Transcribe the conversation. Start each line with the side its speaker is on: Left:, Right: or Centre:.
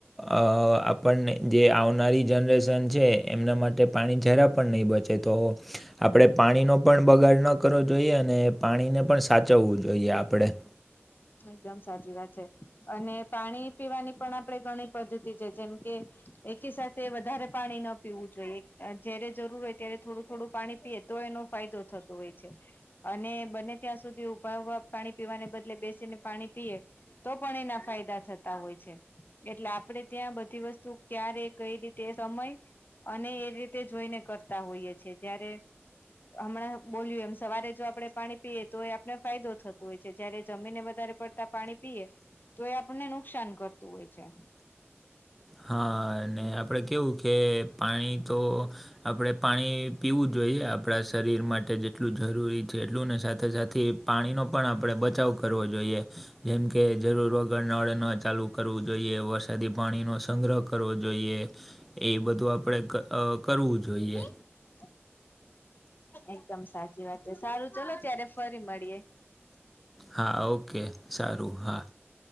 Centre: આ પણને જે આવનારી જનરેશન છે, એમના માટે પાણી જરા પણ નહીં બચે તો આપણે પાણીનો પણ બગાડ ન કરવો જોઈએ, અને પાણીને પણ સાચવવું જોઈએ આપણેે
Left: એકદમ સાચી વાત છે, અને પાણી પીવાની પણ આપણેે ઘણી પદ્ધતિ છે, જેમ કે એકી સાથે વધારે પાણી ન પીવું જોઈએ, અ જયારે જરૂર હોય ત્યારે થોડું થોડું પાણી પીએ તો એનો ફાયદો થતો હોય છે, અને બંને ત્યાં સુધી ઊભા ઉભા પાણી પીવાને બદલે બેસ જેને પાણી પીએ, તો પણ એના ફાયદા થતા હોય છે. એટલે આપડે ત્યાં બધી વસ્તુ ક્યારે કઈ રીતે એ સમય અને એ રીતે જોઈને કરતા હોઈએ છે, જ્યારે હમણાં બોલ્યું એમ સવારે જો આપણે પાણી પીએ તો આપને ફાયદો થતો હોય છે, જયારે જમીનને વધારે પડતા પાણી પીએ તો એ આપણને નુકસાન કરતું હોય છે.
Centre: હા, અને આપણે કેવું કે પાણી તો આપણે પાણી પીવું જોઈએ, આપણા શરીર માટે જેટલું જરૂરી છે એટલું ને સાથે સાથે પાણીનો પણ આપણે બચાવ કરવો જોઈએ, જેમકે જરૂર વગર નળ ન ચાલુ કરવું જોઈએ, વરસાદી પાણી નો સંગ્રહ કરવો જોઈએ, એ બધું આપણે કરવું જોઈએ
Left: <unintelligible> એકદમ સાચી વાત છે, સારું ચલો ત્યારે ફરી મળીએ.
Centre: હા ઓકે સારું હા